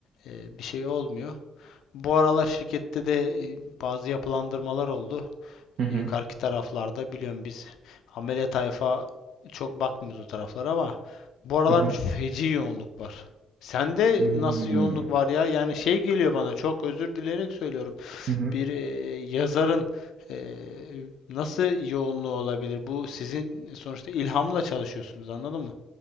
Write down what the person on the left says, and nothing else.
e, bir şey olmuyor. Bu aralar şirkette de e, bazı yapılandırmalar oldu.
Yukarıki taraflarda biliyorum biz amele tayfa çok bakmıyoruz o taraflara ama bu aralar
ç- feci yoğunluk var. Sende
nasıl yoğunluk var ya? Yani şey geliyor bana çok özür dileyerek söylüyorum
bir eee, yazarın eee, nasıl yoğunluğu olabilir? Bu sizin sonuçta ilhamla çalışıyorsunuz, anladın mı?